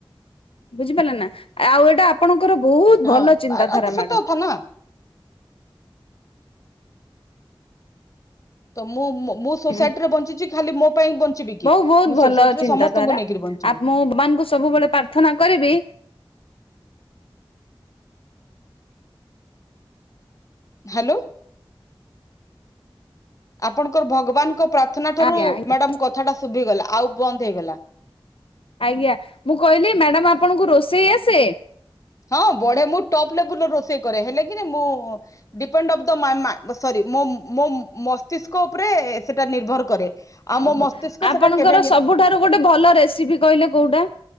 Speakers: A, on the left (about 80°); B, on the left (about 35°).
A: ବୁଝିପାରିଲେନା ନା ଆଉ ଏଟା? ଆପଣଙ୍କର ବହୁତ
B: ହଁ
A: ଭଲ ଚିନ୍ତାଧାରା
B: ଆ- ଆ ତ ସତ
A: ମ୍ୟାଡ଼ାମ।
B: କଥା ନା ତ ମୁଁ ମୁଁ ସୋସାଇଟିରେ
A: ହୁଁ
B: ବଞ୍ଚିଛି ଖାଲି ମୋ ପାଇଁ ବଞ୍ଚିବି
A: ବହୁ
B: କି ମୁଁ
A: ବହୁତ ଭଲ
B: ସୋସାଇଟିରେ
A: ଚିନ୍ତାଧାରା
B: ସମସ୍ତଙ୍କୁ ନେଇକିରି ବଞ୍ଚିବି।
A: ଆ ମୁଁ ଭଗବାନଙ୍କୁ ସବୁବେଳେ ପ୍ରାର୍ଥନା କରିବି।
B: ହ୍ୟାଲୋ। ଆପଣଙ୍କର ଭଗବାନଙ୍କ ପ୍ରାର୍ଥନା ଠାରୁ
A: ଆଜ୍ଞା ଆଜ୍ଞା
B: ମ୍ୟାଡାମ କଥାଟା ଶୁଭିଗଲା ଆଉ ବନ୍ଦ ହେଇଗଲା।
A: ଆଜ୍ଞା ମୁଁ କହିଲି ମ୍ୟାଡ଼ାମ ଆପଣଙ୍କୁ ରୋଷେଇ ଆସେ?
B: ହଁ ବଢେ ମୁଁ ଟପ୍ ଲେବୁଲର ରୋଷେଇ କରେ ହେଲେ କି ନା ମୁଁ ଡ଼ିପେଣ୍ଡ ଅଫ ମାଇଁ ମାକ ମୋ ମସ୍ତିଷ୍କ ଉପରେ ସେଟା ନିର୍ଭର କରେ। ଆଉ
A: ଓହୋ
B: ମୋ ମସ୍ତିଷ୍କ
A: ଆପଣଙ୍କର
B: ସେଟା କେବେ
A: ସବୁଠାରୁ ଗୋଟେ ଭଲ ରେସିପି କହିଲେ କୋଉଟା?